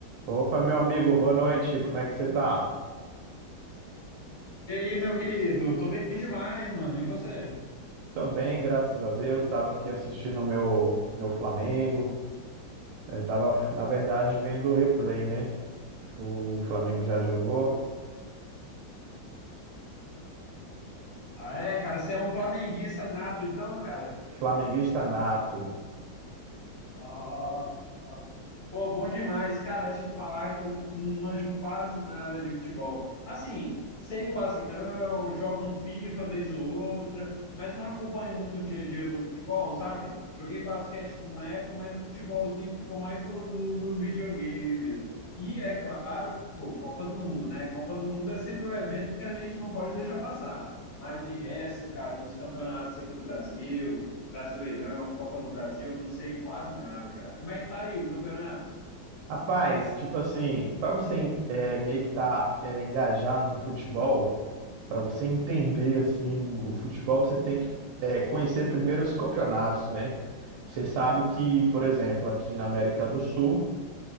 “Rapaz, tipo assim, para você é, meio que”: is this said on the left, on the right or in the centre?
Right